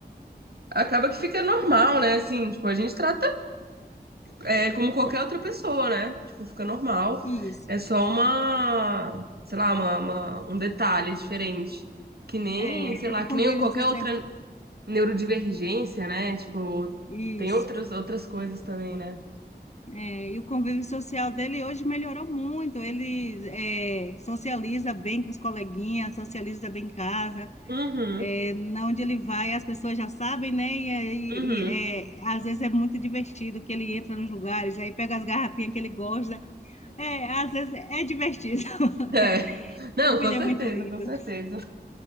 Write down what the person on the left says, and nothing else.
Isso.
É,
o
convívio
social.
Isso.
É, E o convívio social dele hoje melhorou muito. Ele é, socializa bem com os coleguinhas, socializa bem em casa.
É, na onde ele vai, as pessoas já sabem, né? E, aí,
e, é, às vezes é muito divertido que ele entra nos lugares, aí pega as garrafinhas que ele gosta. É, às vezes é divertido. <laughs>
Meu filho
é muito lindo.